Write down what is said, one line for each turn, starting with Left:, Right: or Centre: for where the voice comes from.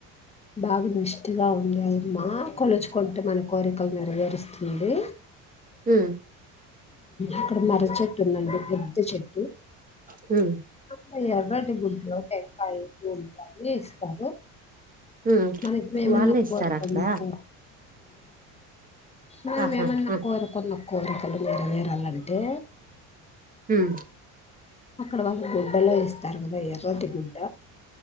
Left: బాగా నష్గా ఉంది అయమ్మా కొలుచుకుంటే మన కోరికలు నెరవేరుస్తుంది
Right: హ
Left: అక్కడ మర చెట్టు ఉందండి పెద్ద చెట్టు
Right: హు
Left: అక్కడ ఎర్రటి గుడ్లు టంకాయ పూళ్ళ అన్నీ ఇస్తారు
Right: ఉమ్
Left: మనకి మేమన్నా
Right: వాళ్ళే
Left: ఎక్కువ
Right: ఇస్తారా
Left: ర కొన్నిక్కువ
Right: అక్కడ
Left: మనం
Right: ఆహా
Left: ఏమన్నా
Right: ఆ
Left: కోరు కొన్న కోరికలు మీర వేరాలంటే
Right: ఆ
Left: అక్కడ మళ్ళ గుడ్డలో ఇస్తారు కదా ఎర్రటి గుడ్డ